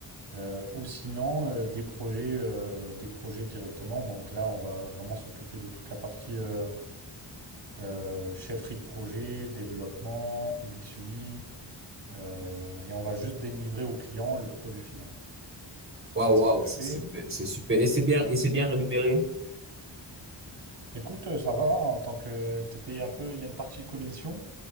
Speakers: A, on the right; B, on the right.
A: euh, ou sinon euh, des projets, euh, des projets directement. Donc là, on va vraiment s'occuper de toute la partie euh, euh, chefferie de projet, développement, UX/UI, euh, et on va juste délivrer au client le produit final.
B: Waouh,
A: Moi, c'est
B: waouh,
A: ce que je
B: c'est
A: fais.
B: super, c'est super. Et c'est bien, et c'est bien rémunéré.
A: Écoute, euh, ça va, hein, en tant que t'es payé un peu, il y a une partie de commission.